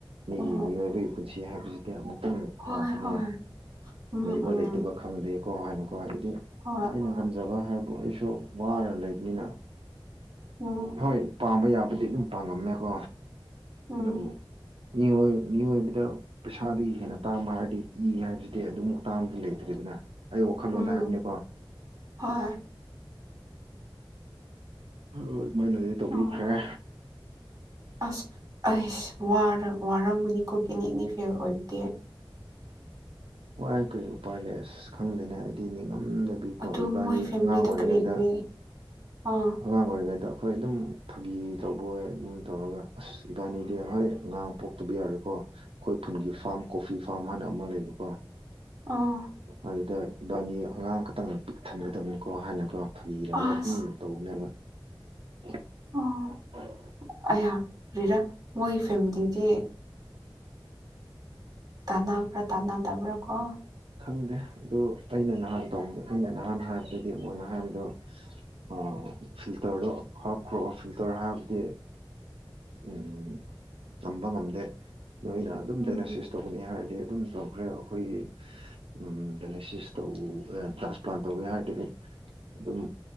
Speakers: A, on the right; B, on the right.
A: ꯃꯤꯒꯤ
B: ꯑꯣ
A: ꯃꯤꯑꯣꯏꯕꯒꯤ ꯄꯨꯟꯁꯤ ꯍꯥꯏꯕꯁꯤꯗꯤ ꯑꯃꯨꯛ ꯇꯪ
B: ꯍꯣꯏ
A: ꯂꯥꯛꯄꯅꯦ
B: ꯍꯣꯏ ꯎꯝ
A: ꯂꯩꯕ
B: ꯎꯝ
A: ꯂꯩꯇꯕ ꯈꯪꯗꯦ ꯀꯣ ꯍꯥꯏꯅꯀꯣ ꯍꯥꯏꯗꯤ
B: ꯍꯣꯏ
A: ꯑꯩꯅ ꯉꯝꯖꯕ ꯍꯥꯏꯕꯕꯨ ꯑꯩꯁꯨ ꯋꯥꯔ ꯂꯩꯕꯅꯤꯅ
B: ꯎꯝ
A: ꯍꯣꯏ ꯄꯥꯝꯕ ꯌꯥꯕꯗꯤ ꯑꯗꯨꯝ ꯄꯥꯡꯉꯝꯃꯦꯀꯣ
B: ꯎꯝ
A: ꯑꯗꯨꯕꯨ ꯃꯤꯑꯣꯏ ꯃꯤꯑꯣꯏꯕꯗ ꯄꯩꯁꯥꯗꯒꯤ ꯍꯦꯟꯅ ꯇꯥꯡꯕ ꯍꯥꯏꯔꯗꯤ ꯏ ꯍꯥꯏꯕꯁꯤꯗꯤ ꯑꯗꯨꯝ ꯇꯥꯡꯕꯗꯤ ꯂꯩꯇ꯭ꯔꯦ ꯅ ꯑꯩ ꯋꯥꯈꯜꯂꯣꯟꯗ
B: ꯎꯝ
A: ꯍꯥꯏꯕꯅꯤꯀꯣ
B: ꯍꯣꯏ
A: ꯍꯥ ꯑꯗꯨꯃꯥꯏꯅꯗꯤ ꯇꯧꯕꯤꯈ꯭ꯔꯦ
B: ꯑꯣ ꯑꯁ ꯑꯩꯁ ꯋꯥꯔ ꯋꯥꯔꯝꯒꯅꯤꯀꯣ ꯀꯤꯠꯅꯤꯑꯅꯤ ꯐꯦꯜ ꯑꯣꯏꯕꯗꯤ
A: ꯋꯥꯏ ꯀꯔꯤ ꯎꯄꯥꯏ ꯂꯩ ꯑꯁ ꯈꯪꯗꯅꯦ ꯍꯥꯏꯗꯤ ꯅꯤꯡ ꯉꯝꯗꯕꯤꯀꯣ
B: ꯑꯗꯨ
A: ꯏꯕꯥꯅꯤ
B: ꯃꯣꯏ ꯐꯦꯃꯤꯂꯤꯗꯣ
A: ꯑꯉꯥꯡ ꯑꯣꯏꯔꯤꯉꯩꯗ
B: ꯀꯔꯤ ꯀꯔꯤ ꯑꯥ
A: ꯑꯉꯥꯡ ꯑꯣꯏꯔꯤꯉꯩꯗ ꯑꯩꯈꯣꯏ ꯑꯗꯨꯝ ꯐꯥꯒꯤ ꯇꯧꯕꯣꯏ ꯑꯗꯨꯝ ꯇꯧꯔꯒ ꯑꯁ ꯏꯕꯥꯅꯤꯗꯤ ꯍꯣꯏ ꯑꯉꯥꯡ ꯄꯣꯛꯇꯕ ꯌꯥꯔꯣꯏꯀꯣ ꯑꯩꯈꯣꯏ ꯈꯨꯟꯒꯤ ꯐꯥꯝ ꯀꯣꯐꯤ ꯐꯥꯔꯝ ꯍꯥꯏꯅ ꯑꯃ ꯂꯩꯕꯀꯣ
B: ꯑꯥ
A: ꯑꯗꯨꯗ ꯏꯕꯥꯅꯤ ꯑꯉꯥꯡ ꯈꯛꯇꯪ ꯄꯤꯛ ꯊꯟꯒꯗꯕꯅꯤꯀꯣ ꯍꯥꯏꯅꯀꯣ ꯐꯒꯤ ꯇꯧꯔꯒ
B: ꯑꯁ
A: ꯑꯗꯨꯝ ꯇꯧꯕꯅꯦꯕ <inaudible>
B: ꯑꯥ ꯑꯌꯥ ꯔꯤꯔ ꯃꯣꯏ ꯐꯦꯃꯤꯂꯤꯗꯤ ꯇꯅꯥꯕ꯭ꯔꯥ ꯇꯥꯅꯗꯕ꯭ꯔꯥ ꯀꯣ
A: ꯈꯪꯗꯦ ꯑꯗꯨ ꯑꯩꯅ ꯅꯍꯥꯟ ꯇꯧꯗꯦ ꯑꯩꯅ ꯅꯍꯥꯟ ꯍꯥꯏꯕꯗꯗꯤ ꯃꯣꯏꯅ ꯍꯥꯏꯕꯗꯣ ꯑꯥ ꯐꯤꯜꯇ꯭ꯔꯗꯣ ꯍꯥꯞꯈ꯭ꯔꯣ ꯐꯤꯜꯇ꯭ꯔ ꯍꯞꯇꯦ ꯎꯝ ꯎꯝ ꯇꯝꯕ ꯉꯝꯗꯦ ꯅꯣꯏꯅ ꯑꯗꯨꯝ
B: ꯎꯝ
A: ꯗꯥꯏꯂꯦꯁꯤꯁ ꯇꯧꯒꯅꯤ ꯍꯥꯏꯔꯗꯤ ꯑꯗꯨꯝ ꯇꯧꯈ꯭ꯔꯦ ꯑꯩꯈꯣꯏꯒꯤ ꯎꯝ ꯗꯥꯏꯂꯥꯏꯁꯤꯁ ꯇꯧ ꯇ꯭ꯔꯥꯟꯁꯄ꯭ꯂꯥꯟ ꯇꯧꯋꯦ ꯍꯥꯏꯔꯗꯤ ꯑꯗꯨꯝ